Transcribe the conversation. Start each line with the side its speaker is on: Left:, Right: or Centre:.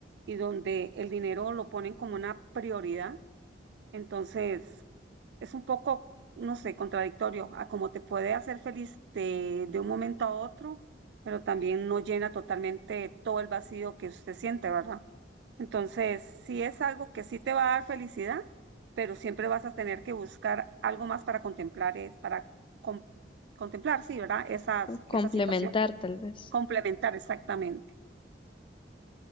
Right: Y donde el dinero lo ponen como una prioridad. Entonces, es un poco, no sé, contradictorio a cómo te puede hacer feliz de, de un momento a otro, pero también no llena totalmente todo el vacío que usted siente, ¿verdad? Entonces, sí es algo que sí te va a dar felicidad, pero siempre vas a tener que buscar algo más para contemplar, es para con- contemplar, sí, ¿verdad? Esas,
Left: Complementar,
Right: esa situación,
Left: tal vez.
Right: complementar exactamente.